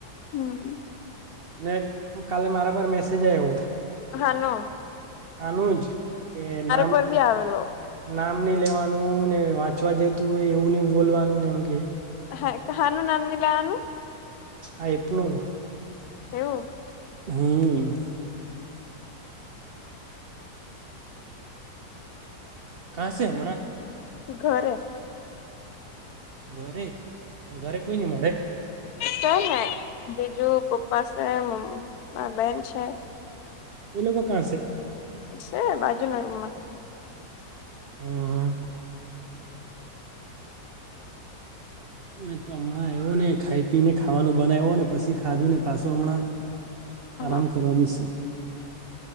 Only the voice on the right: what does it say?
ને કાલે મારા પર મેસેજ આવ્યો.
હાનુંજ કે નામ
નામ નહિ લેવાનું ને વાંચવા જતું હોય એવું નઈ બોલવાનું ને એમ કે.
આ એ પણનું
હમ્મ. કા છે હમણાં.
ઘરે ઘરે કોઈ ની મળે.
એ લોકો કા સે.
હમ્મ.
મે તો હમણાં આવ્યો ને ખાઈ પીને ખાવાનું બનાવ્યો ને પછી ખાધું ને પાછો હમણાં
આરામ કરવા બીસો